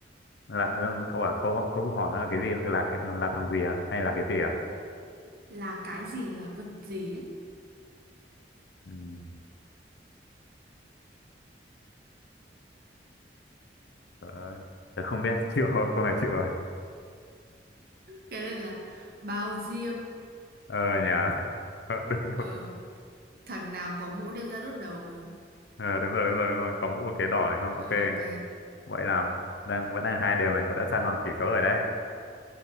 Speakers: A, on the left; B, on the right.
A: là ừ, cậu bảo câu câu hỏi nó là cái gì là cái- là thằng gì á hay là cái gì à
B: là cái gì là vật gì ấy
A: Ừm, Trời ơi, tớ không biết, <laughs> chịu rồi, câu này chịu rồi.
B: cái này là bao diêm
A: Ờ nhà, Ờ, <laughs> đúng
B: ờ,
A: đúng,
B: thằng nào có mũ đem ra đốt đầu mà
A: Ờ, đúng rồi, đúng rồi, đúng rồi, có mũ và khế đỏ đấy không? Ok,
B: ok
A: vậy là đang vẫn đang hai điều này, cậu đã san bằng tỷ số rồi đấy.